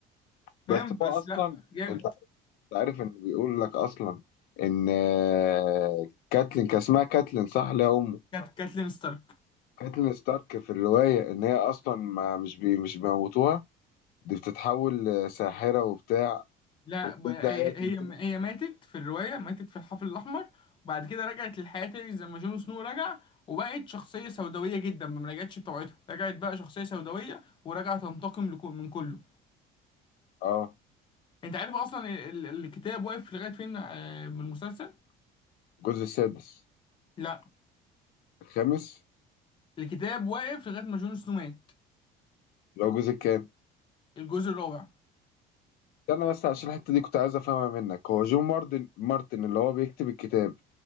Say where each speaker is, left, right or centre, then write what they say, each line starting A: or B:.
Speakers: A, on the left; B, on the left.
A: بس
B: فاهم بس
A: هو اصلا
B: لا جامد
A: انت عارف ان بيقول لك اصلا ان آه، كاتلين كان اسمها كاتلين صح اللي هي امه
B: كانت كاتلين ستارك
A: كاتلين ستارك في الروايه ان هي اصلا ما مش بي مش بيموتوها دي بتتحول لساحره وبتاع
B: لا
A: وبتبدا
B: ب- هي
A: هي تنتقم
B: هي ماتت في الرواية ماتت في الحفل الأحمر وبعد كده رجعت للحياة تاني زي ما جون سنو رجع وبقت شخصية سوداوية جدا ما رجعتش بطبيعتها رجعت بقى شخصية سوداوية ورجعت تنتقم لكل- من كله
A: اه
B: انت عارف اصلا ال- ال- الكتاب واقف لغايه فين آه، من المسلسل
A: الجزء السادس
B: لا
A: الخامس
B: الكتاب واقف لغايه ما جون سنو مات
A: لو جزء كام
B: الجزء الرابع
A: استنى بس عشان الحته دي كنت عايز افهمها منك هو جون مارتن مارتن اللي هو بيكتب الكتاب